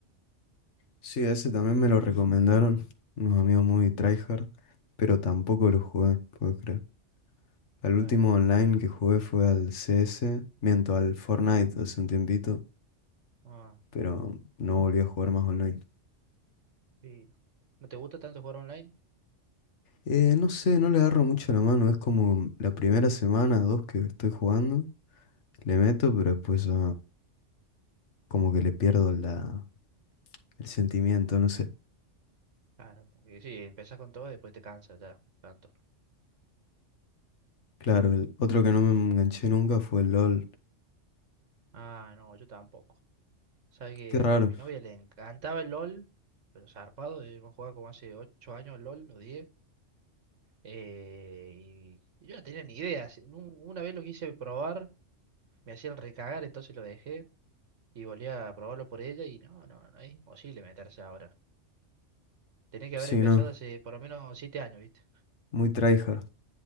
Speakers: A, on the left (about 70°); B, on the right (about 80°).
A: Sí, ese también me lo recomendaron unos amigos muy tryhard, pero tampoco lo jugué, puedo creer. El
B: Claro.
A: último online que jugué fue al CS, miento, al Fortnite hace un tiempito,
B: Ah,
A: pero no volví a jugar más online.
B: sí. ¿No te gusta tanto jugar online?
A: Eh, no sé, no le agarro mucho la mano, es como la primera semana, dos que estoy jugando, le meto, pero después ya como que le pierdo la, el sentimiento, no sé.
B: Claro, como que sí, empezás con todo y después te cansas ya, tanto.
A: Claro, el otro que no me enganché nunca fue el LOL.
B: Ah, no, yo tampoco. Sabes que
A: Qué raro.
B: a mi novia le encantaba el LOL, pero zarpado, eh, hemos jugado como hace 8 años el LOL o diez eh, y, y yo no tenía ni idea. si- nu- Una vez lo quise probar, me hacían recagar, entonces lo dejé y volví a probarlo por ella y no, no, no, es imposible meterse ahora. Tenés que
A: Sí,
B: haber empezado
A: no,
B: hace por lo menos siete años, ¿viste?
A: muy tryhard.